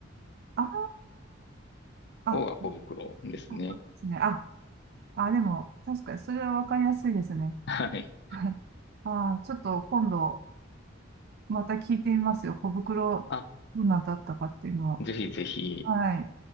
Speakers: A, on the right; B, on the left.
A: ーあ、
B: 方が小袋ですね。
A: そうですね。あ、あ、でも、確かに、それはわかりやすいですね。
B: はい。
A: はい。あー、ちょっと今度、また聞いてみますよ。小袋、
B: あ、
A: どんなだったかっていうのを。
B: ぜひぜひ。
A: はい。